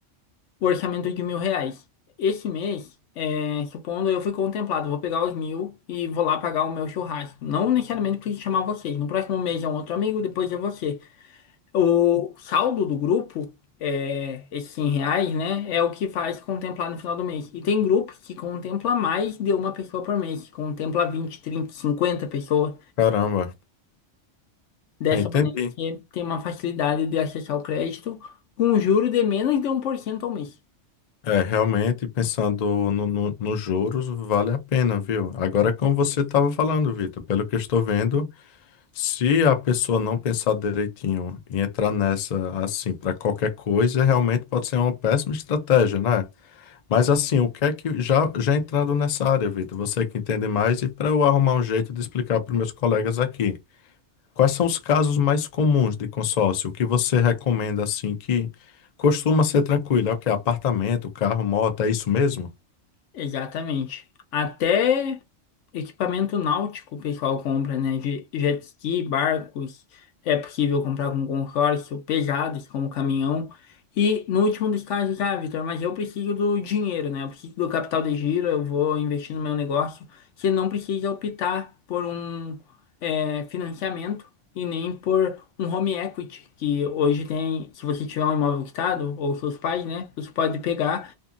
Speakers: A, on the left (about 75°); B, on the left (about 50°).
A: o orçamento de mil reais. Esse mês, é, supondo eu fui contemplado, vou pegar os mil e vou lá pagar o meu churrasco. Não necessariamente preciso chamar vocês. No próximo mês é um outro amigo, depois é você. O saldo do grupo, é, esses 100 reais, né, é o que faz contemplar no final do mês. E tem grupos que contempla mais de uma pessoa por mês, que contempla 20, 30, 50 pessoas.
B: Caramba,
A: Dessa
B: é, entendi.
A: maneira, você tem uma facilidade de acessar o crédito com um juro de menos de um por cento ao mês.
B: É, realmente, pensando no, no- nos juros, vale a pena, viu? Agora, é como você estava falando, Vitor, pelo que eu estou vendo. Se a pessoa não pensar direitinho e entrar nessa assim para qualquer coisa, realmente pode ser uma péssima estratégia, né? Mas assim, o que é que já já entrando nessa área, Vitor, você que entende mais e para eu arrumar um jeito de explicar para meus colegas aqui, quais são os casos mais comuns de consórcio? O que você recomenda assim que costuma ser tranquilo? É o que apartamento, carro, moto, é isso mesmo?
A: Exatamente. Até equipamento náutico o pessoal compra, né? De jet ski, barcos, é possível comprar com consórcio, pesados como caminhão. E no último dos casos, ah, Vitor, mas eu preciso do dinheiro, né? Eu preciso do capital de giro, eu vou investir no meu negócio. Você não precisa optar por um é, financiamento e nem por um home equity, que hoje tem, se você tiver um imóvel quitado, ou seus pais, né? Você pode pegar